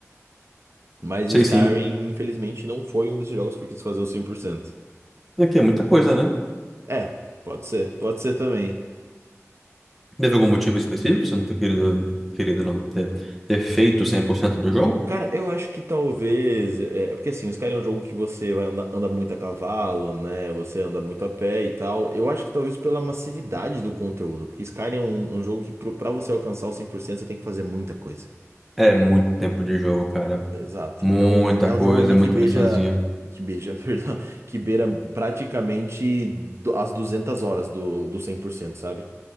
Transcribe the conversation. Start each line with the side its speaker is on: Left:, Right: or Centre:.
Right: Mas
Centre: sei
Right: o Skyrim,
Centre: sim.
Right: infelizmente, não foi um desses jogos que eu quis fazer o cem por cento
Centre: Aqui é muita coisa, né?
Right: É, pode ser, pode ser também.
Centre: Teve algum motivo específico pra você não ter querido, querido não, ter, ter feito 100% do jogo?
Right: Cara, eu acho que talvez. É, porque assim, o Skyrim é um jogo que você vai anda, anda muito a cavalo, né? Você anda muito a pé e tal. Eu acho que talvez pela massividade do conteúdo. Porque Skyrim é um, um jogo que pro- pra você alcançar o 100% você tem que fazer muita coisa.
Centre: É muito tempo de jogo, cara.
Right: Exato.
Centre: Muita
Right: Então, é
Centre: coisa,
Right: um jogo ali
Centre: é muita
Right: que beija,
Centre: missãozinha.
Right: que beija, <laughs> perdão, que beira praticamente do- as 200 horas do, do 100%, sabe?